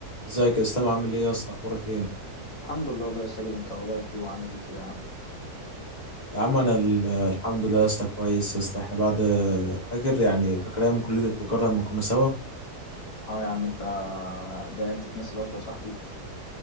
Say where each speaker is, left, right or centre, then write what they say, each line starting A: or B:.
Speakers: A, on the left; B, on the left.
A: ازيك يا اسلام عامل ايه يا اسطى اخبارك ايه
B: الحمد لله والله يا ساجد انت اخبارك ايه وعامل ايه كده يا عم
A: يا عم انا ال- الحمد لله يا اسطى كويس يا اسطى احنا بعد فاكر يعني فاكر ايام كلية التجارة لما كنا سوا
B: اه يا عم انت دي ايام تتنسي برضه يا صاحبي